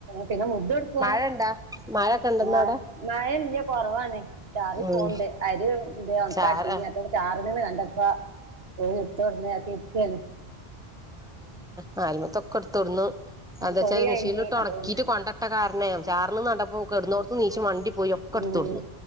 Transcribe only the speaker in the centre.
മഴ ഇണ്ടാ മഴൊക്കെ ഇണ്ടെന്ന്
അവിടെ
ഉം
ചാറ
മാലിമത്തൊക്കെ എടുത്തോടുന്നു എന്താ വെച്ചാല്
മിഷീനിലിട്ട് ഉണക്കിട്ട്
കൊണ്ടട്ട കാരണേ ചാർന്ന്ണ്ടപ്പോൊെ ഇടന്ന്ോടടുന്ന് നീശം വണ്ടി പോയി ഒക്കെ
എടുത്ത കൊടുു